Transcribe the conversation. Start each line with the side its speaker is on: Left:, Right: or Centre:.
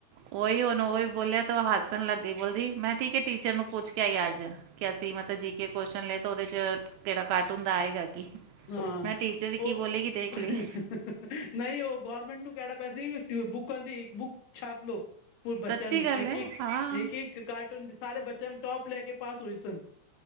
Right: ਉਹੀ ਉਹਨੂੰ ਉਹੀ ਬੋਲਿਆ ਤੇ ਉਹ ਹੱਸਣ ਲੱਗ ਗਈ, ਬੋਲਦੀ, ਮੈਂ ਠੀਕ ਐ ਟੀਚਰ ਨੂੰ ਪੁੱਛ ਕੇ ਕਿਆ ਹੀ ਅੱਜ, ਕਿ ਅਸੀਂ ਮਤਲਬ ਜੀ ਕੇ ਕੌਸ਼ਚਨ ਲਏ ਤਾਂ ਉਹਦੇ 'ਚ' ਕਿਹੜਾ ਕਾਰਟੂਨ ਦਾ ਆਏਗਾ ਕੀ
Left: ਹਾਂ
Right: ਮੈਂ ਟੀਚਰ
Left: ਉਹ
Right: ਕੀ ਬੋਲੇਗੀ ਦੇਖ
Left: ' <unintelligible>
Right: ਲਈ
Left: ' ਨਹੀਂ ਉਹ ਗੌਰਮੈਂਟ ਨੂੰ ਕਿਹੜਾ ਪੈਸੇ ' <unintelligible> ' ਬੁੱਕ ਦੀ, ਬੁੱਕ ਛਾਪ ਲਓ। ' <unintelligible> ' ਬੱਚਿਆਂ
Right: ਸੱਚੀ
Left: ਨੂੰ
Right: ਗੱਲ
Left: ਇੱਕ-ਇੱਕ,
Right: ਹੈ ਹਾਂ
Left: ਇੱਕ- ਇੱਕ ਕਾਰਟੂਨ ਦੇ ਸਾਰੇ ਬੱਚਿਆਂ ਨੂੰ ਟੋਪ ਲੈ ਕੇ ਪਾਸ ਹੋਏ ਸਨ।